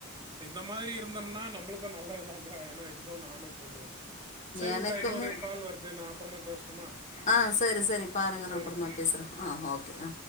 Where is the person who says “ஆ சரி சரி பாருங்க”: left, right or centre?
Left